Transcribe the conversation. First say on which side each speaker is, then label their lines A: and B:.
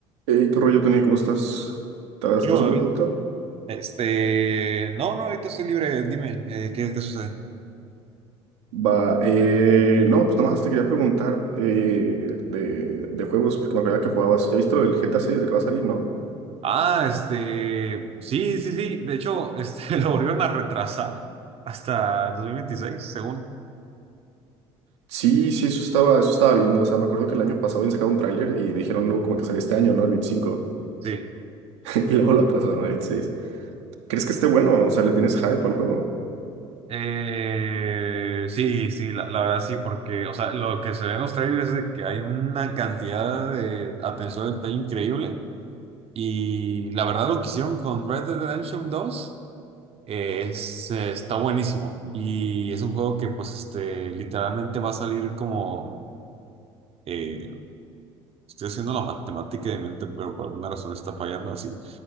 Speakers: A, on the right (about 80°); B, on the right (about 40°).
A: Ey, ¿qué rollo, Tony? ¿Cómo estás? ¿Estás,
B: Yo,
A: estás ocupado
B: David.
A: ahorita?
B: Este, no, no, ahorita estoy libre, dime, eh, ¿qué, qué sucede?
A: Va, eh, no, pues nada más te quería preguntar eh, de, de juegos, porque me acuerdo que jugabas. ¿Ya viste lo del GTA 6 de que va a salir, no?
B: Ah, este, sí, sí, sí, de hecho, este, <laughs> lo volvieron a retrasar hasta el 2026, según,
A: Sí, sí, eso estaba, eso estaba viendo. O sea, me acuerdo que el año pasado habían sacado un tráiler y dijeron luego como que salía este año, ¿no? El veinticinco,
B: sí.
A: <laughs> Y luego lo atrasaron al 26. ¿Crees que esté bueno? O sea, ¿le tienes hype al juego?
B: Eh, sí, sí, la, la verdad sí, porque, o sea, lo que se ve en los trailers es de que hay una cantidad de atención al detalle increíble y la verdad lo que hicieron con Red Dead Redemption dos Eh, Es, eh, está buenísimo y es un juego que pues este literalmente va a salir como eh, estoy haciendo la matemática de mente pero por alguna razón está fallando así